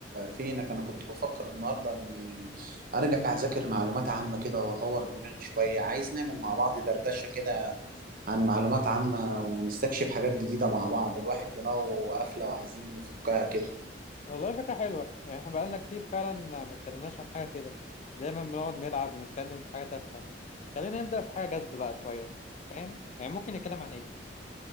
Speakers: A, on the right; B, on the left.
A: فينك انا كنت بفكر النهارده اني ارجع اذاكر معلومات عامه كده واطور دماغي شويه عايز نعمل مع بعض دردشه كده عن معلومات عامه ونستكشف حاجات جديده مع بعض الواحد دماغه قافله وعايزين نفكها كده
B: والله فكرة حلوة يعني احنا بقالنا كتير فعلا ما اتكلمناش عن حاجة كده دايما بنقعد نلعب ونتكلم في حاجة تافهة خلينا نبدأ في حاجة جد بقى شوية فاهم؟ يعني ممكن نتكلم عن ايه؟